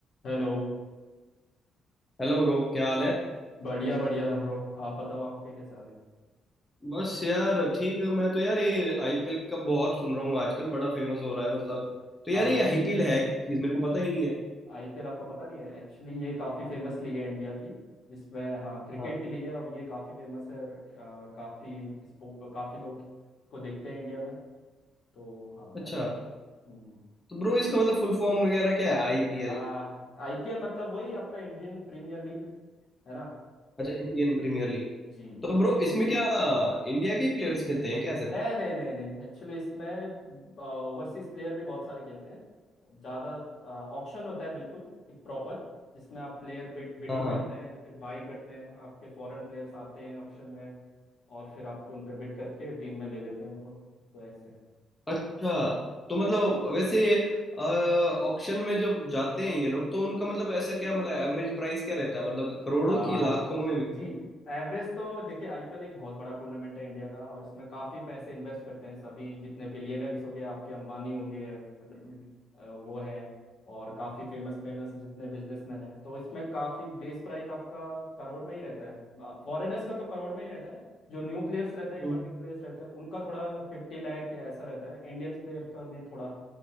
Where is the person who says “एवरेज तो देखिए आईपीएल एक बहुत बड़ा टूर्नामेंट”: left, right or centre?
Left